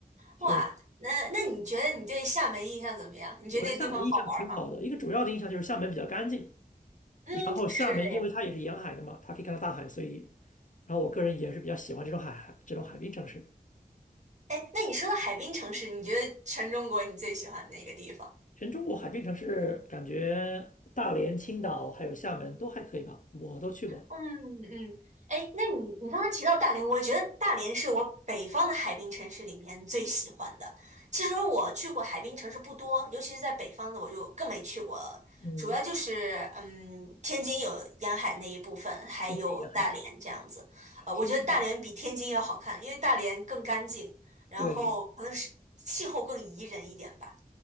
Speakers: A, on the left (about 55°); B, on the right (about 50°).
A: 就
B: 哇，那那你觉得你对厦门印象怎么样？你觉得那个地方好玩吗？
A: 我对厦门印象挺好的，一个主要的印象就是厦门比较干净，
B: 嗯，
A: 然后厦门因为它也是沿海的嘛，
B: 是这样。
A: 它可以看到大海，所以然后我个人也是比较喜欢这种海海这种海滨城市。
B: 哎，那你说到海滨城市，你觉得全中国你最喜欢哪个地方？
A: 全中国海滨城市感觉大连、青岛还有厦门都还可以吧，我都去过。
B: 嗯嗯，哎，那你你刚才提到大连，我觉得大连是我北方的海滨城市里面最喜欢的。其实我去过海滨城市不多，尤其是在北方的，我就更没去过了。
A: 嗯，
B: 主要就是嗯，天津有沿海那一部分，还有大连这样子。
A: 天津沿海，
B: 呃，
A: 天津沿海，
B: 我觉得大连比天津要好看，因为大连更干净，然后可能是气候更宜人一点吧。
A: 对，